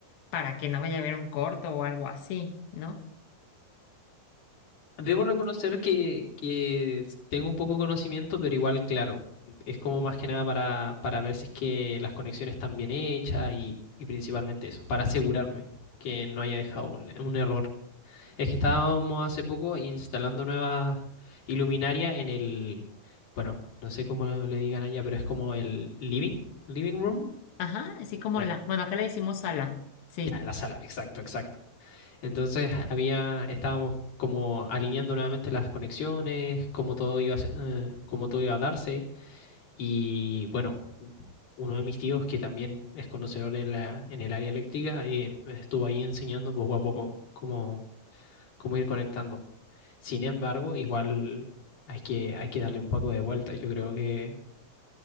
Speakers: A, on the left; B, on the left.
A: para que no vaya a haber un corto o algo así, ¿no?
B: debo reconocer que, que tengo un poco de conocimiento, pero igual, claro, es como más que nada para, para ver si es que las conexiones están bien hechas y, y principalmente eso, para asegurarme que no haya dejado un un error. Es que estábamos hace poco instalando nuevas iluminarias en el, bueno, no sé cómo le digan allá, pero es como el living, living room,
A: Ajá, así como
B: ya,
A: la, bueno, acá le decimos ala. Sí,
B: ya, la sala, exacto, exacto. Entonces había, estábamos como alineando nuevamente las conexiones, cómo todo iba a, se- eh, cómo todo iba a darse y bueno, uno de mis tíos que también es conocedor en la, en el área eléctrica eh, me estuvo ahí enseñando poco a poco cómo cómo ir conectando. Sin embargo, igual hay que, hay que darle un poco de vuelta. Yo creo que,